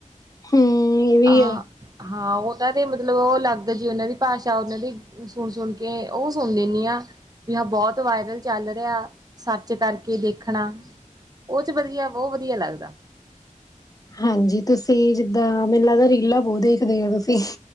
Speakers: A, on the left; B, on the right.
A: ਹਮ ਇਹ ਵੀ
B: ਹਾਂ।
A: ਆ
B: ਹਾਂ ਉਹਨਾਂ ਦੇ ਮਤਲਬ ਉਹ ਅਲੱਗ ਜੀ ਉਹਨਾਂ ਦੀ ਭਾਸ਼ਾ ਉਹਨਾਂ ਦੀ। ਸੁਣ ਸੁਣ ਕੇ ਉਹ ਸੁਣ ਲੈਣੀ ਆਂ। ਵੀ ਆ ਬੌਤ ਵਾਇਰਲ ਚੱਲ ਰਿਆ ਸਰਚ ਕਰਕੇ ਦੇਖਣਾ। ਉਹ 'ਚ ਵਧੀਆ ਬੋਹ ਵਧੀਆ ਲੱਗਦਾ।
A: ਹਾਂਜੀ ਤੁਸੀਂ ਜਿੱਦਾਂ ਮੈਨੂੰ ਲੱਗਦਾ ਰੀਲਾਂ ਬੋਹ ਦੇਖਦੇ ਓ ਤੁਸੀਂ।